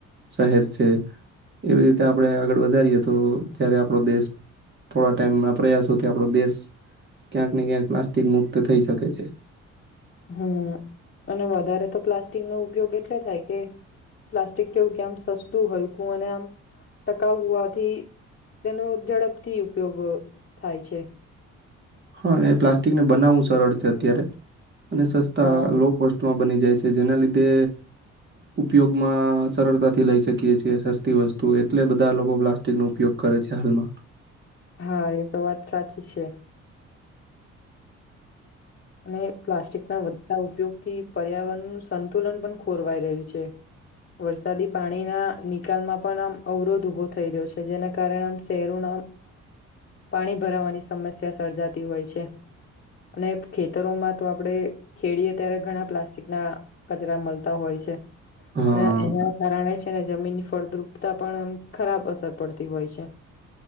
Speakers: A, on the right; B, on the left.
A: શહેર છે એવી રીતે આપણે આગળ વધારીએ તો જયારે આપણો દેશ થોડા ટાઈમ ના પ્રયાસોથી આપણો દેશ ક્યાંક ને ક્યાંક પ્લાસ્ટિક મુક્ત થઈ શકે છે
B: હમ અને વધારે તો પ્લાસ્ટિક નો ઉપયોગ એટલે થાય કે પ્લાસ્ટિક કેવું કે આમ સસ્તું હલકું અને આમ ટકાઉ હોવાથી તેનો ઝડપથી ઉપયોગ થાય છે
A: હા એ પ્લાસ્ટિકને બનાવવું સરળ છે અત્યારે અને સસ્તા
B: હા
A: લો કોસ્ટમાં બની જાય છે જેના લીધે ઉપયોગમાં સરળતાથી લઈ શકીએ છીએ સસ્તી વસ્તુ એટલે બધા લોકો પ્લાસ્ટિક નો ઉપયોગ કરે છે હાલમાં
B: હા એ તો વાત સાચી છે અને પ્લાસ્ટિક ના વઘતા ઉપયોગ થી પર્યાવરણનું સંતુલન પણ ખોરવાઈ રહ્યું છે વરસાદી પાણીના નિકાલમાં પણ આમ અવરોધ ઉભો થઈ રહ્યો છે જેના કારણે આમ શહેરોના પાણી ભરાવાની સમસ્યા સર્જાતી હોય છે અને ખેતરોમાં તો આપડણે ખેડીએ ત્યારે ઘણા પ્લાસ્ટિક ના કચરા મળતા હોય છે
A: હા
B: એ એના કારણે છે ને જમીન ફળદ્રુપતા પણ એમ ખરાબ અસર પડતી હોય છે